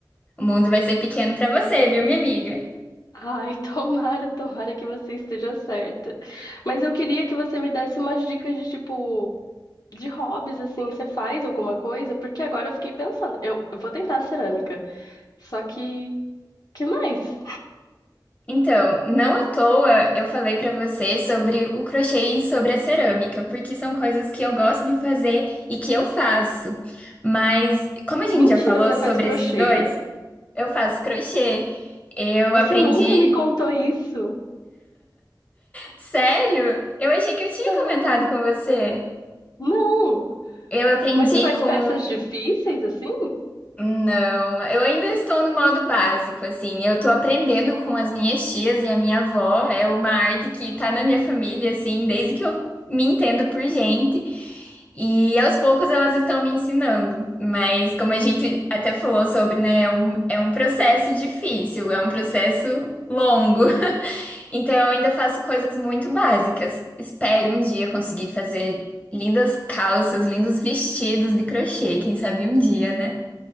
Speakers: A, on the left (about 20°); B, on the left (about 55°).
A: o mundo vai ser pequeno para você, viu, minha amiga?
B: Ai, tomara, tomara que você esteja certa. Mas eu queria que você me desse umas dicas de tipo, de hobbies, assim, você faz alguma coisa? Porque agora eu fiquei pensando, eu, eu vou tentar cerâmica. Só que, que mais?
A: Então, não à toa eu falei pra você sobre o crochê e sobre a cerâmica, porque são coisas que eu gosto de fazer e que eu faço. Mas, como a gente
B: Mentira,
A: já falou
B: você
A: sobre
B: faz crochê?
A: esses dois, eu faço crochê. Eu
B: Você
A: aprendi.
B: nunca me contou isso.
A: Sério? Eu achei que eu tinha
B: Sério?
A: comentado com você.
B: Não.
A: Eu aprendi
B: Mas você faz
A: com
B: peças difíceis assim?
A: Não, eu ainda estou no modo básico, assim. Eu tô aprendendo com as minhas tias e a minha avó. É uma arte que tá na minha família, assim, desde que eu me entendo por gente. E aos poucos elas estão me ensinando. Mas como a gente até falou sobre, né, é um, é um processo difícil, é um processo longo. <laughs> Então eu ainda faço coisas muito básicas. Espero um dia conseguir fazer lindas calças, lindos vestidos de crochê, quem sabe um dia, né?